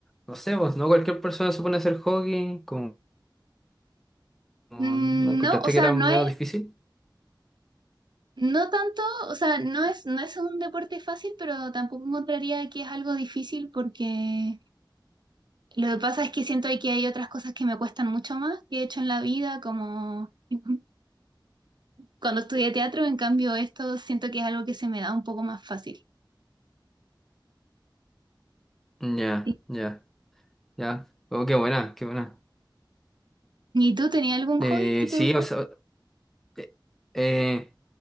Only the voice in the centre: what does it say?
no sé, vos, ¿no? Cualquier persona se pone a hacer hockey, como, como,
¿no encontraste
que era
medio
difícil?
Ya,
ya, ya. Oh, qué buena, qué buena.
Eh,
sí,
o
sea, eh, eh,